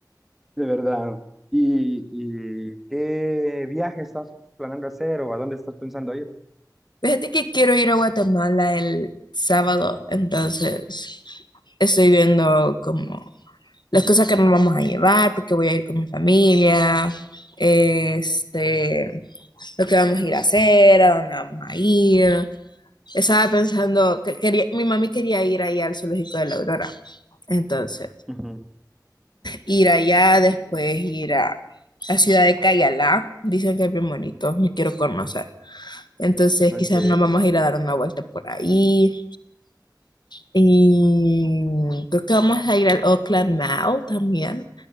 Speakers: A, in the centre; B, on the left (about 85°).
A: De verdad. ¿Y, y qué viaje estás planeando hacer o a dónde estás pensando ir?
B: Fíjate que quiero ir a Guatemala el sábado, entonces estoy viendo como las cosas que nos vamos a llevar, porque voy a ir con mi familia, este, lo que vamos a ir a hacer, a dónde vamos a ir. Estaba pensando que quería, mi mami quería ir ahí al zoológico de la Aurora. Entonces,
A: Ujú.
B: ir allá, después ir a la ciudad de Cayalá. Dicen que es bien bonito, me quiero conocer. Entonces,
A: Ok.
B: quizás nos vamos a ir a dar una vuelta por ahí. Y creo que vamos a ir al Oakland Mall también.